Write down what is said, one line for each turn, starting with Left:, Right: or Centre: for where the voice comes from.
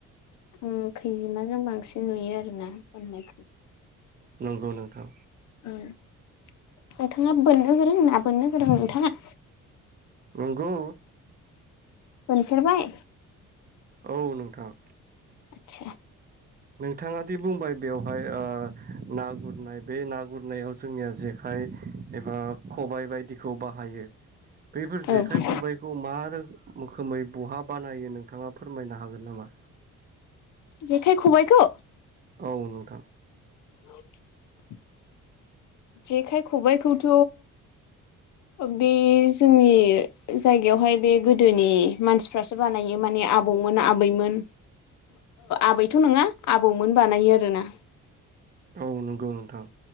Left: ओं खैजिमाजों बांसिन नुयो आरोना बोननायखौ
Right: नंगौ नोंथां
Left: ओ नोंथाङा बोननो गोरों ना बोननो गोरों नोंथाङा
Right: नोंगौ
Left: मोनफेरबाय
Right: औ नोंथां
Left: आतसा
Right: नोंथाङा दि बुंबाय बेवहाय ओ ना गुरनाय बे ना गुरनायाव जोंनिया जेखाइ एबा खबाइ बायदि खौ बाहायो बैफोर जेखाइ
Left: औ
Right: खबाइखौ मा रो मोखोमै बहा बानायो नोंथाङा फोरमायनो हागोन नामा
Left: जेखाइ खबाइखौ
Right: औ नोंथां
Left: <inaudible> जेखाइ खबाइखौथ बे जोंनि जायगायावहाय बे गोदोनि मानसिफ्रासो बानायो माने आबौमोन आबैमोन आबैथ नङा आबौमोन बानायो आरोना
Right: औ नंगौ नोंथां